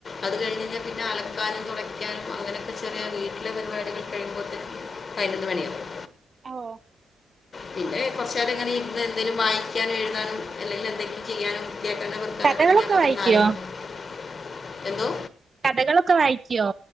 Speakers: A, on the left (about 40°); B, on the right (about 30°).
A: അത് കഴിഞ്ഞ് കഴിഞ്ഞാൽ പിന്നെ അലക്കാനും തുടയ്ക്കാനും അങ്ങനെയൊക്കെ ചെറിയ വീട്ടിലെ പരിപാടികൾ കഴിയുമ്പോത്തിനും പതിനൊന്ന് മണിയാകും
B: ഓഹ്
A: പിന്നെ കുറച്ച്നേരം ഇങ്ങനെ ഇരുന്ന് എന്തെങ്കിലും വായിക്കാനും എഴുതാനും അല്ലെങ്കിൽ എന്തെങ്കിലും ചെയ്യാനും <unintelligible>
B: കഥകളൊക്കെ വായിക്കോ
A: എന്തോ?
B: കഥകളൊക്കെ വായിക്കുമോ